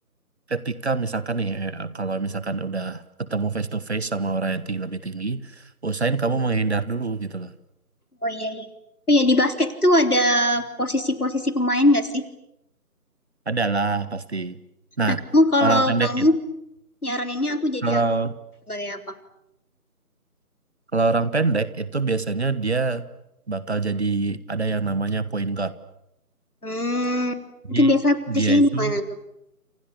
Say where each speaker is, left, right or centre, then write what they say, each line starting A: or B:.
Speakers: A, on the right (about 45°); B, on the left (about 70°).
A: ketika misalkan nih eh, kalau misalkan udah ketemu face to face sama orang yang ting- lebih tinggi, usahain kamu menghindar dulu gitu loh.
B: oh iya iya. Oh iya di basket itu ada posisi-posisi pemain nggak sih?
A: Adalah pasti. Nah,
B: Nah, kamu kalau
A: orang pendek
B: kamu
A: itu
B: nyaraninnya aku jadi
A: kalau
B: apa? Sebagai apa?
A: kalau orang pendek itu biasanya dia bakal jadi ada yang namanya point guard.
B: Hmm,
A: Jadi
B: itu biasanya posisinya
A: dia itu
B: di mana tuh?